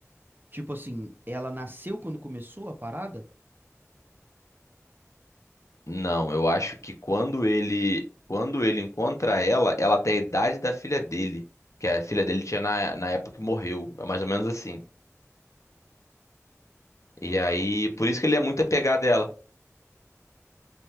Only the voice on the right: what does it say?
Tipo assim, ela nasceu quando começou a parada?